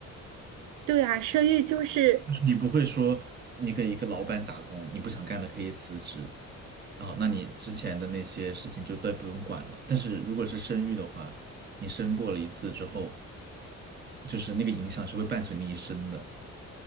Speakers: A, on the right (about 80°); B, on the right (about 35°).
A: 对啊，生育就是，
B: 你不会说你给一个老板打工，你不想干了可以辞职，然后那你之前的那些事情就都不用管了。但是如果是生育的话，你生过了一次之后，就是那个影响是会伴随你一生的。